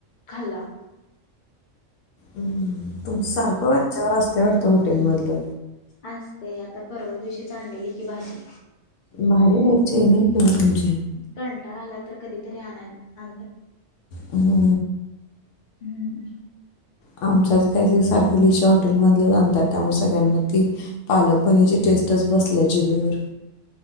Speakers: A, on the left (about 45°); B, on the left (about 80°).
A: खाल्ला
B: हम्मम तू सारखं वरच्यावर असते ते हॉटेलमधल
A: आस्ते आता परवा दिवशी चांलेली की भाजी
B: भारी आहे चैनी आहे मग तुमची
A: कंटाळा आलाय कधीतरी आण आणतात
B: हो
A: हम्म
B: आमचच काहीतरी सारखं लिशा हॉटेलमधलंच आणतात त्यामुळे सगळ्यांना ती पालकपणीची टेस्टच बसल्या जिबेवर